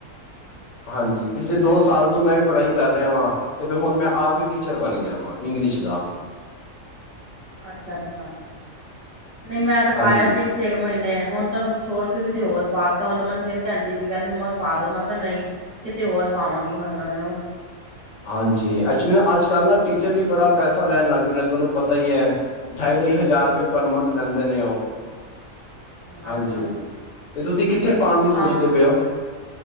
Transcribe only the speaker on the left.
ਹਾਂਜੀ ਪਿਛਲੇ ਦੋ ਸਾਲ ਤੋਂ ਮੈਂ ਵੀ ਪੜ੍ਹਾਈ ਕਰ ਕਰ ਰਿਹਾ ਵਾਂ ਤੇ ਵੀ ਹੁਣ ਮੈਂ ਆਪ ਹੀ ਟੀਚਰ ਬਣ ਗਿਆ ਵਾਂ ਇੰਗਲਿਸ਼ ਦਾ।
ਹਾਂਜੀ
ਹਾਂਜੀ ਐਕਚੁਲੀ ਨਾ ਅੱਜ ਕੱਲ੍ਹ ਨਾ ਟੀਚਰ ਵੀ ਬੜਾ ਪੈਸਾ ਲੈਣ ਲੱਗ ਗਏ ਨੇ ਤੁਹਾਨੂੰ ਪਤਾ ਈ ਐ। ਢਾਈ-ਢਾਈ ਹਜ਼ਾਰ ਰੁਪਏ ਪਰ ਮੰਥ ਲੈਂਦੇ ਨੇ ਉਹ ਹਾਂਜੀ
ਤੇ ਤੁਸੀਂ ਕਿੱ ਕਿੱਥੇ ਪਾਉਣ ਦੀ ਸੋਚਦੇ
ਪਏ ਹੋ